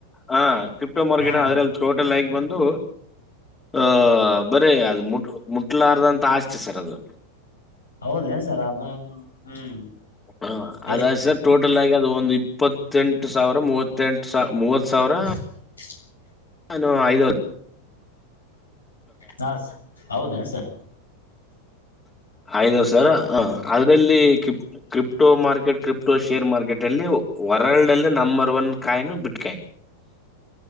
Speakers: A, on the left; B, on the left.
A: ಹ ಕ್ರಿಪ್ಟೋ ಮಾರ್ಕೆಟ್
B: ಹಾ
A: ಅದ್ರಲ್ಲಿ ಟೋಟಲ್ ಆಗಿ ಬಂದು ಅ ಬರಿೀ ಅದು ಮುಟ್ ಮುಟ್ಲಾರ್ದ ಅಂತ ಆಸ್ತಿ ಸರ್ ಅದು
B: ಹೌದೇನ್ ಸರಬ ಹ್ಮ್
A: ಹ
B: ಎಷ್ಟ್
A: ಅದಾದ ಸರ್ ಟೋಟಲ್ ಆಗಿ ಅದು ಒಂದು್ ಇಪ್ಪತ್ತೆಂಟು ಸಾವಿರ ಮೂವತ್ತೆಂಟು ಸ ಮೂವತ್ ಸಾವಿರ
B: ಹ
A: ನಾನು ಐದತ್ತು.
B: ಹಾ ಹೌದ ಸರ.
A: ಆಯದವ್ ಸರ ಹ ಅದ್ರಲ್ಲಿ ಕ್ರಿಟ crypto market crypto share market. ಲ್ಲಿ ವರ್ಲ್ಡ್ ಅಲ್ಲಿ ನಂಬರ್ ಒನ್ ಕಾಯಿನ ಬಿಟ್ಕಾಯಿನ.